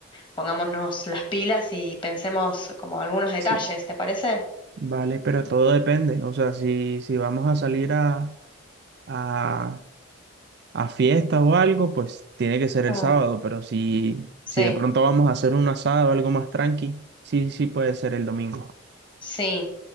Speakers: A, on the left (about 25°); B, on the right (about 50°).
A: pongámonos las pilas y pensemos como algunos detalles,
B: Sí.
A: ¿te parece?
B: Vale, pero todo depende. O sea, si, si vamos a salir a, a, a fiesta o algo, pues tiene que ser el
A: Mm,
B: sábado. Pero si,
A: sí.
B: si de pronto vamos a hacer un asado, algo más tranqui, sí, sí puede ser el domingo.
A: Sí.